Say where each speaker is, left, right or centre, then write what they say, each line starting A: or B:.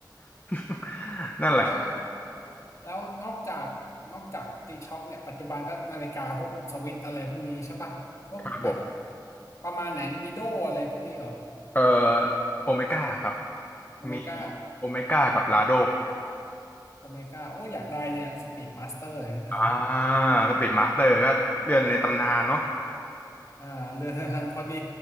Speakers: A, on the left; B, on the left.
A: <laughs> นั่นแหละครับ
B: แล้วแล้วนอกจากนอกจากตีช็อคเนี่ยปัจจุบันก็นาฬิกาพวกสวิตอะไรพวกนี้ใช่ปะพวกแบบ
A: ครับผม
B: ประมาณไหนมิโดอะไรพวกนี้เหรอ
A: เอ่อโอเมก้าครับ
B: โอเมก้า
A: มีโอเมก้ากับลาโด
B: โอเมก้าโอ้ยอยากได้เนี่ยสปีดมาสเตอร์เลยเนี่ย
A: อ่าสปีดมาสเตอร์ก็เรื่อนในตำนานเนาะ
B: อ่าเรือนจำพอดี